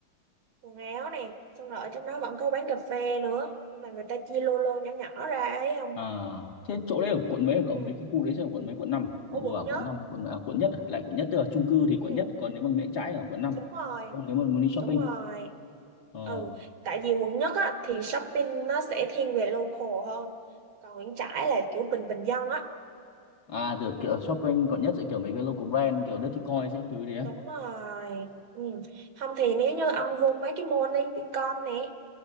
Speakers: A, on the right; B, on the left.
A: quần áo này xong rồi ở trong đó vẫn có bán cà phê nữa nhưng mà người ta chia lô lô nhỏ nhỏ ra ấy không
B: à, thế chỗ đấy ở quận mấy ở
A: ừ.
B: cậu mấy cái khu đấy sẽ ở quận mấy quận 5 à?
A: ở
B: cậu vừa
A: quận
B: bảo
A: nhất
B: quận 5 hay quận mấy? à, quận nhất à? lại quận nhất tức là chung cư thì
A: ừ.
B: quận nhất còn nếu mà Nguyễn Trãi ở quận năm
A: đúng rồi
B: còn nếu mà muốn đi shopping
A: đúng rồi
B: ờ
A: Ừ, tại vì quận nhất á, thì shopping nó sẽ thiên về local hơn còn Nguyễn Trãi là kiểu bình bình dân á
B: à rồi kiểu shopping quận nhất sẽ kiểu mấy cái local brand kiểu Dirty Coin các thứ đấy á
A: đúng rồi ừ. không thì nếu như ông vô mấy cái mall đi Vincom nè